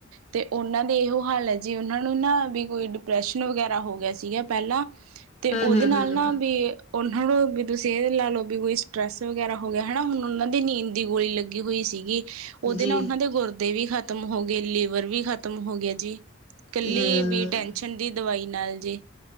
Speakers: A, on the right; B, on the left.
A: ਤੇ ਉਹਨਾਂ ਦੇ ਇਹੋ ਹਾਲ ਹੈ ਜੇ ਉਹਨਾਂ ਨੂੰ ਨਾ ਵੀ ਕੋਈ। ਡਿਪਰੈਸ਼ਨ ਵਗੈਰਾ ਹੋ ਗਿਆ ਸੀਗਾ ਪਹਿਲਾਂ। ਤੇ
B: ਹਮ
A: ਉਹਦੇ
B: ਹਮ
A: ਨਾਲ
B: ਹਮ
A: ਨਾ
B: ਹਮ
A: ਵੀ ਉਹਨਾਂ ਨੂੰੋ ਵੀ ਤੁਸੀਂ ਇਹ ਲਾ ਲਓ ਵੀ ਕੋਈ ਸਟਰ੍ਰੈਸ ਵਗੈਰਾ। ਹੋ ਗਿਆ ਹਨਾ ਹੁਣ ਉਹਨਾਂ ਦੀ ਨੀਂਦ ਦੀ ਗੋਲੀ ਲੱਗੀ ਹੋਈ ਸੀਗੀ ਉਹਦੇ
B: ਜੀ
A: ਨਾਲ ਉਹਨਾਂ ਦੇ ਗੁਰਦੇ ਵੀ ਖਤਮ ਖਤਮ ਹੋ ਗ ਲੀਵਰ ਵੀ ਖਤਮ ਹੋ ਗਿਆ ਜੀ ਇਕੱਲੀ
B: ਹਮ
A: ਬ ਟੈਨਸ਼ਨ ਦੀ ਦਵਾਈ। ਨਾਲ ਜੇ